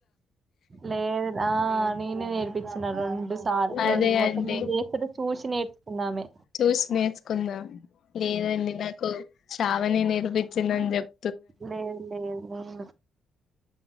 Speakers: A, on the right; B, on the left.
A: లేదు ఆ నేనే నేర్ ర్పిచ్చిన రెండు సార్లు
B: అదే
A: రొన్ మొత్తం
B: అండి
A: నెన్ చేస్తుట్టే చూసి నేర్చుకుందామె
B: చూస్ నేర్చుకుందాం లేదండి నాకు శ్రావనే నేర్పిచ్చిందని చెప్
A: లేద్ లేదు